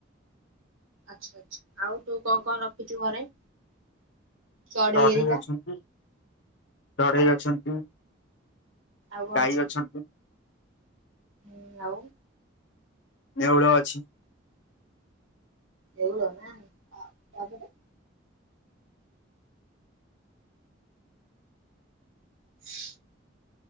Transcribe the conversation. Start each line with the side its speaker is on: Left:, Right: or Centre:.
Right: ଆଚ୍ଛା ଆଚ୍ଛା ଆଉ ତୁ କଣ କଣ ରଖିଛୁ ଘରେ? ଚଢେଇ
Left: ଚଢ଼େଇ
Right: ହେରିକା
Left: ଅଛନ୍ତି ଚଢ଼େଇ
Right: ଆଉ
Left: ଅଛନ୍ତି।
Right: ଆଉ କଣ
Left: ଗାଈ
Right: ଅଛି
Left: ଅଛନ୍ତି।
Right: ହୁଁ ଆଉ?
Left: ନେଉଳ ଅଛି।
Right: ନେଉଳ ନା ତାପରେ <inaudible>